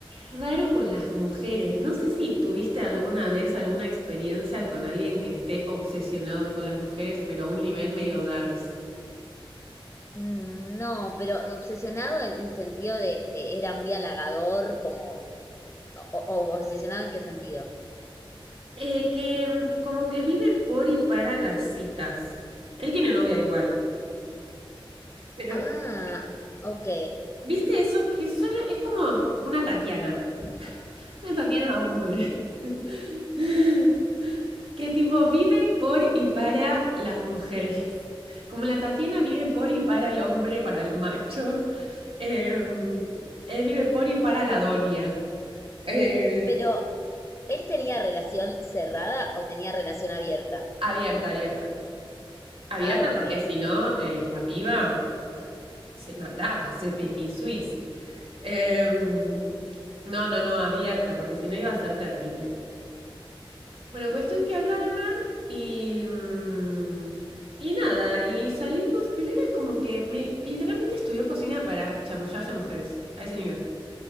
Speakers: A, on the right; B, on the left.
A: raro con las mujeres. No sé si tuviste alguna vez alguna experiencia con alguien que esté obsesionado con las mujeres, pero a un nivel medio darks.
B: Mm, No, pero obsesionado en el sentido de, de era muy halagador, como... O, o- o obsesionado en qué sentido?
A: Eh, que em, como que vive por y para las citas. Él tiene novia igual. Pero
B: Ah, ok.
A: ¿Viste eso? Que solo es como una Tatiana. Una Tatiana hombre. <laughs> Que tipo vive por y para las mujeres. Como la Tatiana vive por y para el hombre, para el macho. eh, él vive por y para la doña. Eh,
B: Pero ¿Él tenía relación cerrada o tenía relación abierta?
A: abierta, abierta. Abierta
B: Ah, ok.
A: porque si no, eh, la piba se mataba, se petit suisse. Eh, no, no, no, abierta, porque si no iba a ser terrible. Bueno, cuestión que agarra y... mm, y nada, y salimos, pero era como que me, literalmente estudió cocina para chamullarse a mujeres, a ese nivel.